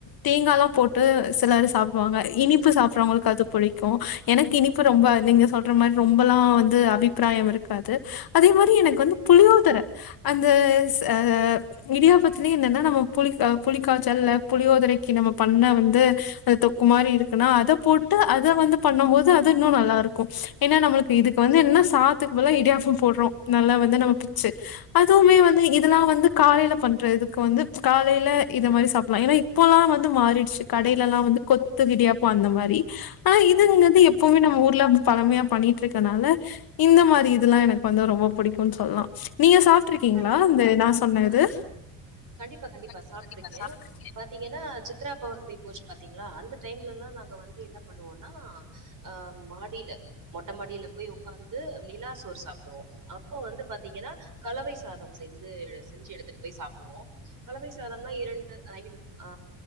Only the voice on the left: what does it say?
தேங்கால்லாம் ட்டு சில சாப்டுவாங்க இனிப்பு சாப் ப்புறவங்களுக்கு அது புடிக்கும் எனக்கு இனிப்ப ரொம்ப நீங்க சொல்ற மாரி ரொம்பல்லா வந்து அபிப்பிராயம் இருக்காது அதே மாரி எனக்கு வந்து புளியோதர அந்த ஸ் ஆ இடியாப்பத்திலயே என்னன்னா நம்ம புளி ஆ புளி காய்ச்சல்ல புளியோதரைக்கு நம்ம பண்ண வந்து அந்த தொக்கு மாரி இருக்குன்னா அத போட்டு அத வந்து பண்ணம் போது அது இன்னும் நல்லா இருக்கும் ஏன்னா நம்மளுக்கு இதுக்கு வந்து என்னா சாத்துக்கு போல இடியாப்பும் போடுறோ நல்லா வந்து நம்ம பச்சு அதுவுமே வந்து இதெல்லா வந்து காலையில பண்ற இதுக்கு வந்து காலையில இத மாரி சாப்பில்லாம் ஏன்னா இப்போல்லாம் வந்து மாறிடுச்சு கடையிலல்லா வந்து கொத்து இடியாப்போ அந்த மாரி ஆனா இதுங்கிறது எப்பவுமே நம்ம ஊர்ல பழமையா பண்ணிட்டு இருக்கனால இந்த மாரி இதெல்லா எனக்கு வந்து ரொம்ப பிடிக்குன்னு சொல்லலா நீங்க சாப் ப்ட்ருக்கீங்களா
இந்த நா சொன்ன இது
ஆ
கண்டிப்பா சாப்ட்டுருக்கே